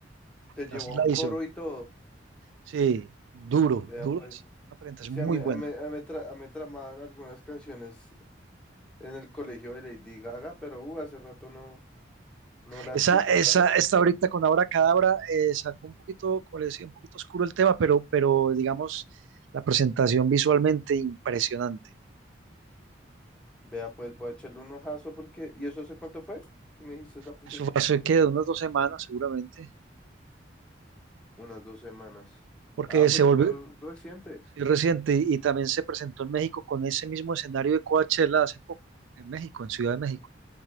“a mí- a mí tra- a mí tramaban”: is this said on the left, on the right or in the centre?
Centre